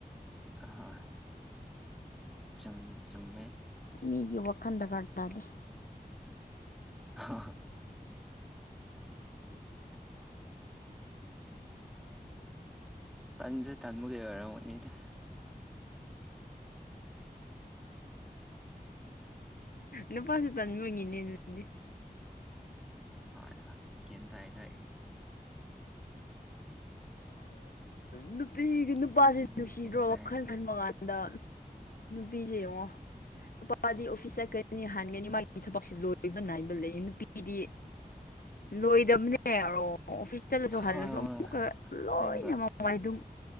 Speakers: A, in the centre; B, on the left.
A: ꯍ ꯆꯨꯝꯃꯤ ꯆꯨꯝꯃꯦ
B: ꯃꯤꯒꯤ ꯋꯥꯈꯜ ꯗꯔꯀꯥꯔ ꯇꯥꯗꯦ
A: ꯑ ꯄꯟꯖ ꯇꯥꯟꯃꯨ ꯀꯩ ꯑꯣꯏꯔꯅꯤꯗ
B: ꯅꯄꯥꯁꯨ ꯇꯅꯤ ꯃꯉꯤꯅꯦ ꯑꯗꯨꯗꯤ
A: ꯍꯣꯏ ꯍꯣꯏ ꯦꯟ ꯇ ꯍꯥꯏ ꯇꯁꯨ
B: ꯅꯨꯄꯤ ꯅꯨꯄꯥꯁꯦ
A: ꯐꯖꯅ
B: ꯅꯨꯡꯁꯤꯗ꯭ꯔꯣ
A: ꯒ꯭ꯌꯥꯟ ꯇꯥꯏ
B: ꯋꯥꯈꯜ
A: ꯍꯣꯏ
B: ꯈꯟꯕ ꯀꯥꯟꯗ ꯕꯤꯖ ꯑꯣꯉ ꯅꯨꯄꯥꯗꯤ ꯑꯣꯐꯤꯁ ꯆꯠꯀꯅꯤ ꯍꯥꯟꯒꯅꯤ ꯃꯥꯒꯤ ꯊꯕꯛꯁꯤ ꯂꯣꯏꯕ ꯅꯥꯏꯕ ꯂꯩꯌꯦ ꯅꯨꯄꯤ ꯑꯩꯗꯤ ꯂꯣꯏꯗꯕꯅꯦꯔꯣ ꯑꯣꯐꯤꯁ ꯆꯠꯂꯁꯨ ꯍꯜꯂꯁꯨ
A: ꯍꯣꯏ
B: ꯑꯃꯨꯛꯀ ꯂꯣꯏꯅ
A: ꯑꯁꯦꯡꯕ
B: ꯃꯃꯉꯥꯏ ꯑꯗꯨꯝ